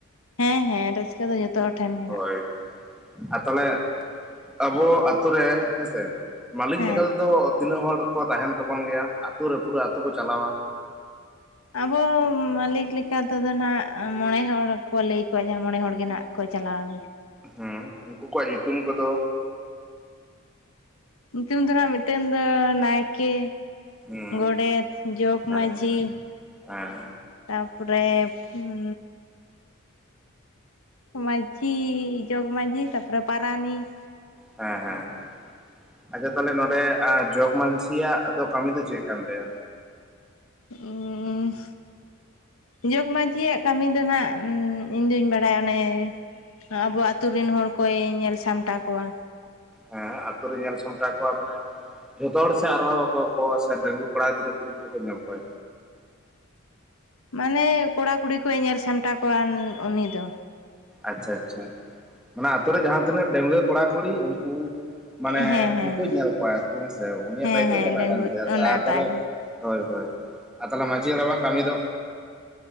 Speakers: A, on the left; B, in the centre.
A: ᱦᱮᱸ ᱦᱮᱸ ᱨᱟᱹᱥᱠᱟᱹ ᱫᱚ ᱡᱚᱛᱚ ᱦᱚᱲ ᱴᱷᱮᱱ ᱢᱮᱱᱟᱜᱼᱟ᱾
B: ᱦᱳᱭ ᱟᱨ ᱛᱟᱦᱚᱞᱮ ᱟᱵᱚ ᱟᱹᱛᱩ ᱨᱮ ᱦᱮᱸᱥᱮ ᱢᱟᱹᱞᱤᱠ
A: ᱦᱮᱸ
B: ᱞᱮᱠᱟᱛᱮᱫᱚ ᱛᱤᱱᱟᱹᱜ ᱦᱚᱲ ᱠᱚ ᱛᱟᱦᱮᱱ ᱛᱟᱵᱚᱱ ᱜᱮᱭᱟ ᱟ ᱟᱹᱛᱩ ᱨᱮ ᱯᱩᱨᱟᱹ ᱟᱹᱛᱩ ᱠᱚ ᱪᱟᱞᱟᱣᱟ᱾
A: ᱟᱵᱚ ᱢᱟᱹᱞᱤᱠ ᱞᱮᱠᱟᱛᱮᱫᱚ ᱱᱟᱦᱟᱜ ᱢᱚᱬᱮ ᱦᱚᱲ ᱠᱚ ᱞᱟᱹᱭ ᱠᱚᱣᱟ ᱡᱟᱦᱟᱸ ᱢᱚᱬᱮ ᱦᱚᱲᱜᱮ ᱱᱟᱜ ᱠᱚ ᱪᱟᱞᱟᱣ
B: ᱦᱮᱸ ᱩᱱᱠᱩ ᱠᱚᱣᱟᱜ ᱧᱩᱛᱩᱢ ᱠᱚᱫᱚ,
A: ᱧᱩᱛᱩᱢ ᱫᱚ ᱢᱤᱫᱴᱮᱱ ᱫᱚ ᱱᱟᱭᱠᱮ
B: ᱦᱮᱸ
A: ᱜᱚᱰᱮᱛ ᱡᱚᱜᱽᱢᱟᱹᱡᱷᱤ
B: ᱦᱮᱸ ᱦᱮᱸ
A: ᱛᱟᱯᱚᱨᱮ ᱦᱩᱸ ᱢᱟᱹᱡᱷᱤ ᱡᱚᱜᱽ ᱢᱟᱹᱡᱷᱤ ᱛᱟᱯᱚᱨᱮ ᱯᱟᱨᱟᱱᱤᱠ
B: ᱦᱮᱸ ᱦᱮᱸ ᱟᱪᱪᱷᱟ ᱛᱟᱦᱚᱞᱮ ᱱᱚᱸᱰᱮ ᱡᱚᱜᱽ ᱢᱟᱹᱡᱷᱤᱭᱟᱜ ᱟᱫᱚ ᱠᱟᱹᱢᱤ ᱫᱚ ᱪᱮᱫ ᱠᱟᱱ ᱛᱟᱭᱟ?
A: ᱩᱸᱻ ᱡᱚᱜᱽ ᱢᱟᱹᱡᱷᱤᱭᱟᱜ ᱠᱟᱹᱢᱤ ᱫᱚ ᱱᱟᱜ ᱤᱧᱫᱚᱧ ᱵᱟᱲᱟᱭᱟ ᱚᱱᱮ ᱟᱵᱚ ᱟᱹᱛᱩ ᱨᱮᱱ ᱦᱚᱲ ᱠᱚᱭ ᱧᱮᱞ ᱥᱟᱢᱴᱟᱣ ᱠᱚᱣᱟ᱾
B: ᱦᱮᱸ ᱟᱛᱩ ᱨᱮ ᱧᱮᱞ ᱥᱟᱢᱴᱟᱣ ᱠᱚᱣᱟ ᱢᱟᱱᱮ ᱡᱷᱚᱛᱚ ᱦᱚᱲ ᱥᱮ ᱟᱨᱦᱚ ᱚᱠᱚᱭ ᱠᱚ ᱥᱮ ᱰᱟᱹᱜᱣᱟᱹ ᱠᱚᱲᱟ ᱜᱤᱫᱽᱨᱟᱹ ᱠᱩᱲᱤ ᱜᱤᱫᱽᱨᱟᱹ ᱠᱚ ᱧᱮᱞ ᱠᱚᱣᱟ᱾
A: ᱢᱟᱱᱮ ᱠᱚᱲᱟ ᱠᱩᱲᱤ ᱠᱚ ᱧᱮᱞ ᱥᱟᱢᱴᱟᱣ ᱠᱚᱣᱟ ᱩᱱᱤ ᱫᱚ᱾
B: ᱟᱪᱪᱷᱟ ᱟᱪᱪᱷᱟ ᱢᱟᱱᱮ ᱟᱛᱩᱨᱮ ᱡᱟᱦᱟᱸ ᱛᱤᱱᱟᱹᱜ ᱰᱟᱹᱜᱣᱟᱹ ᱠᱚᱲᱟ ᱠᱩᱲᱤ ᱩᱱᱠᱩ
A: ᱦᱮᱸ
B: ᱢᱟᱱᱮ
A: ᱦᱮᱸ
B: ᱩᱱᱠᱩᱧ ᱧᱮᱞ ᱠᱚᱣᱟ ᱟᱨᱠᱤ ᱦᱮᱸᱥᱮ ᱩᱱᱤᱭᱟᱜ
A: ᱦᱮᱸ
B: ᱫᱟᱭᱤᱛᱛᱚ
A: ᱦᱮᱸ
B: ᱫᱚ ᱠᱟᱱ
A: ᱰᱟᱺᱜᱩᱣᱟᱹ
B: ᱛᱟᱭᱟ
A: ᱚᱱᱟ
B: ᱟᱨ
A: ᱛᱟᱭ
B: ᱛᱟᱦᱚᱞᱮ᱾ ᱦᱳᱭ ᱦᱳᱭ ᱟ ᱛᱟᱞᱮ ᱢᱟᱡᱷᱤ ᱦᱟᱲᱟᱢᱟ ᱠᱟᱹᱢᱤ ᱫᱚ᱾